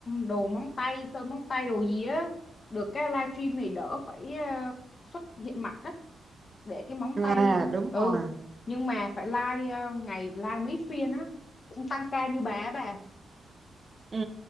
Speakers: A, on the left; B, on the right.
A: đồ móng tay sơn móng tay đồ gì á được cái livestream này đỡ phải ờ, xuất hiện mặt á để cái móng
B: À
A: tay thôi
B: đúng
A: ừ
B: rồi.
A: nhưng mà phải live ờ, ngày live mấy phiên á cũng tăng ca như bà á bà
B: Ừ,